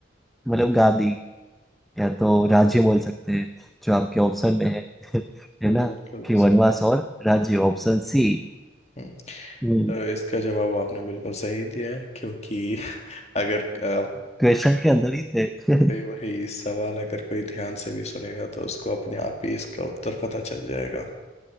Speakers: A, in the centre; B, on the left.
A: मतलब गांधी या तो राज्य बोल सकते हैं जो आपके ऑप्शन में है <laughs> है
B: बिल्कुल
A: ना कि वनवास
B: सही है।
A: और राज्य ऑप्शन सी
B: हम्म,
A: हम्म
B: तो इसका जवाब आपने बिल्कुल सही दिया है क्योंकि अगर आप
A: क्वेश्चन के अंदर ही थे <laughs>
B: वही वही सवाल अगर कोई ध्यान से भी सुनेगा तो उसको अपने आप ही इसका उत्तर पता चल जाएगा